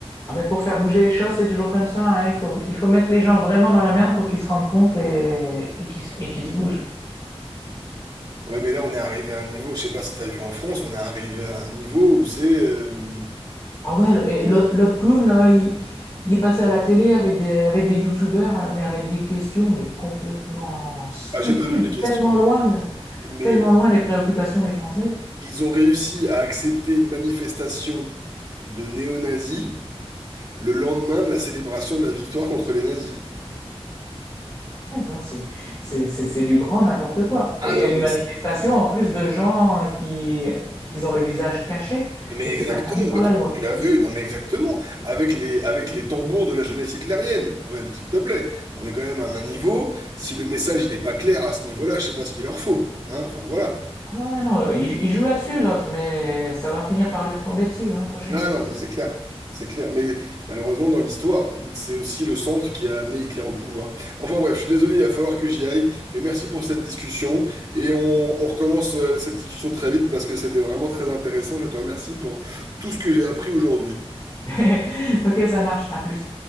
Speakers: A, on the left; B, on the right.
A: Ah mais pour faire bouger les choses, c'est toujours comme ça. hein. Il faut il faut mettre les gens vraiment dans la merde pour qu'ils se rendent compte et et qu'ils se- et qu'ils se bougent.
B: ouais, mais là, on est arrivé à un niveau, je sais pas si t'as vu en France, on est arrivé à un niveau où c'est, euh,
A: Ah ouais, et l'autre l'autre clown là, il, il est passé à la télé avec des avec des youtubeurs, euh, mais avec des questions mais complètement stupides,
B: ah, j'ai pas vu les questions.
A: tellement loin de-
B: Mais
A: tellement loin des préoccupations des Français.
B: ils ont réussi à accepter une manifestation de néo-nazis le lendemain de la célébration de la victoire contre les nazis.
A: Ah non, c'est c'est- c'est- c'est du grand n'importe quoi.
B: Ah
A: Et
B: non,
A: une
B: mais
A: manifestation
B: c'est-
A: en plus de gens euh, qui, qui ont le visage caché
B: Mais
A: et c'est
B: exactement,
A: interdit par
B: bah,
A: la loi.
B: tu l'as vu, non mais exactement, avec les, avec les tambours de la jeunesse hitlérienne, quand même, s'il te plaît. On est quand même à un niveau, si le message il n'est pas clair à ce niveau-là, je sais pas ce qu'il leur faut. Hein, enfin voilà.
A: Oui. Ah non, là, il, il joue là-dessus l'autre, mais ça va finir par lui retomber dessus, hein, prochaines
B: Là,
A: élections.
B: non, mais c'est clair. C'est clair. Mais malheureusement, dans l'histoire, c'est aussi le centre qui a amené Hitler au pouvoir. Enfin bref, je suis désolé, il va falloir que j'y aille, mais merci pour cette discussion. Et on, on recommence euh, cette discussion très vite parce que c'était vraiment très intéressant. Je te remercie pour tout ce que j'ai appris aujourd'hui.
A: <laughs> Ok, ça marche, à plus.